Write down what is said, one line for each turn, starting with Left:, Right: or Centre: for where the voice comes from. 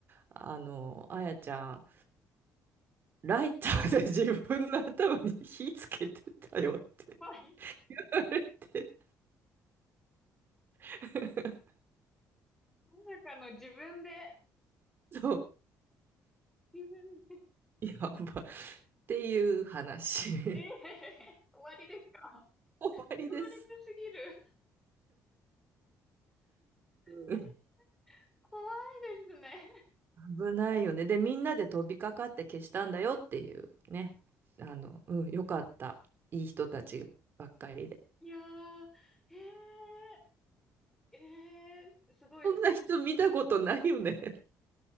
Right: あの、あやちゃん、ライターで自分の頭に火つけてたよって
Centre: ぱい。
Right: 言われて <laughs>。
Centre: まさかの自分で、
Right: そ
Centre: 自分で。
Right: う。やば。っていう話 <laughs>。
Centre: ええ終わりですか
Right: 終わりです。
Centre: 強烈すぎる。え
Right: うん
Centre: 怖いですね。
Right: 危ないよね。で、みんなで飛びかかって消したんだよっていうね。あの、うん、よかった。いい人たちばっかりで。
Centre: いやー、ええええすごいです。
Right: こんな人見たことないよね。